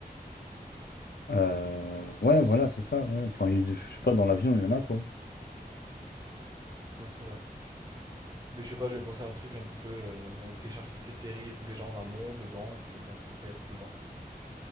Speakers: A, on the left; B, on the right.
A: Euh, ouais, voilà, c'est ça. Ouais. Enfin, il- je sais pas, dans l'avion, il y en a quoi.
B: Ouais, c'est vrai. Mais je sais pas, j'ai pensé à un truc un peu, euh, on lui télécharge toutes ses séries et tout déjà en amont, dedans, et puis voilà, comme ça il y a tout dedans.